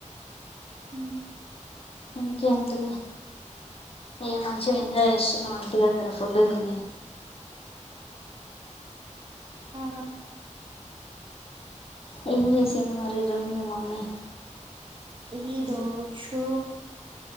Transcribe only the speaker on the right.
మ్
ఆ
ఈరోజు